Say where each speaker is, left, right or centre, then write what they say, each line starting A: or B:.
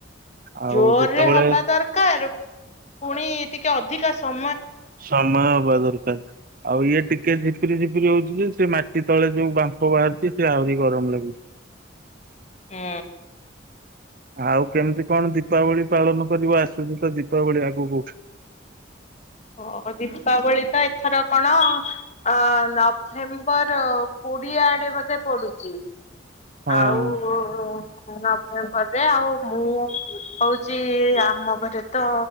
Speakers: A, on the right; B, on the left.
A: ଆଉ
B: ଜୋରରେ
A: ଯେତେବେଳେ
B: ହାୱା ଦରକାର ପୁଣି ଟିକେ ଅଧିକା ସମ
A: ସମୟ ହବା ଦରକାର ଆଉ ଇଏ ଟିକେ- ଟିକେ ଝିପ୍ରରି ଝିପରି ହଉଛି ଯେ ସେ ମାଟି ତଳେ ଯୋଉ ବାମ୍ଫ ବାହାରୁଛି ସେ ଆହୁରି ଗରମ ଲାଗୁଛି-
B: ହୁଁ-
A: ଆଉ କେମିତି କଣ ଦୀପାବଳି ପାଳନ କରିବ ଆସୁଛି ତ ଦୀପାବଳି ଆଗକୁଠ-
B: ହ ଦୀପାବଳି ତ ଏଥର କଣ ଅ ନଭେମ୍ବର କୋଡିଏ ଆଡେ ବୋଧେ ପଡୁଛି-
A: ହଁ।
B: ଆଉ- ନଭେମ୍ବରରେ ଆଉ ମୁଁ ହଉଛି ଆମ ଘରେ ତ